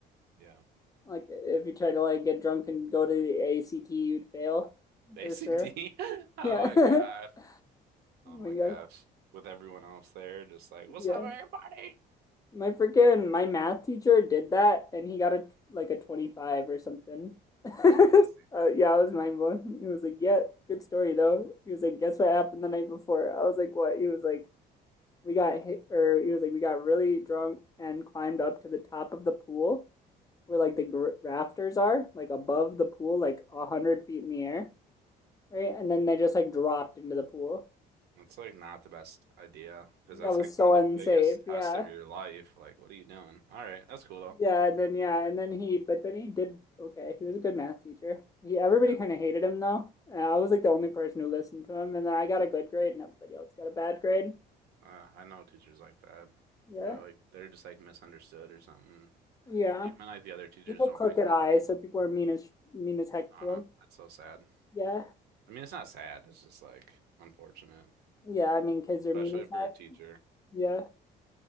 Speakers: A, on the right; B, on the left.
A: Yeah.
B: like if you try to like get drunk and go to the ACT, you'd fail
A: Basic
B: for sure.
A: D. <laughs> Oh
B: Yeah.
A: my God.
B: <laughs>
A: Oh
B: Oh my
A: my
B: gosh.
A: gosh. With everyone else there, just like, what's
B: Yeah.
A: up, everybody?
B: My freaking my math teacher did that and he got a like a 25 or something. <laughs>
A: It's crazy.
B: uh, yeah, I was mind blown. He was like, "Yeah, good story though." He was like, "Guess what happened the night before?" I was like, "What?" He was like, "We got hit," or he was like, "We got really drunk and climbed up to the top of the pool where like the gr- rafters are, like above the pool, like a hundred feet in the air, right?" And then they just like dropped into the pool.
A: That's like not the best idea because that's
B: That was
A: like
B: so
A: one
B: unsafe.
A: of the biggest tests
B: Yeah.
A: of your life. Like, what are you doing? All right, that's cool though.
B: Yeah, and then yeah, and then he, but then he did okay. He was a good math teacher. He, everybody
A: Yeah,
B: kind of hated him though. And I was like the only person who listened to him, and then I got a good grade, and everybody else got a bad grade.
A: uh, I know teachers like that,
B: Yeah,
A: but like they're just like misunderstood or something.
B: yeah.
A: Even like the other teachers
B: He had
A: don't
B: crooked
A: like them.
B: eyes, so people are mean as mean as heck
A: Uh,
B: to him.
A: that's so sad.
B: Yeah,
A: I mean, it's not sad. It's just like unfortunate,
B: yeah. I mean, kids are
A: especially
B: mean as
A: if
B: heck.
A: you're a teacher.
B: Yeah,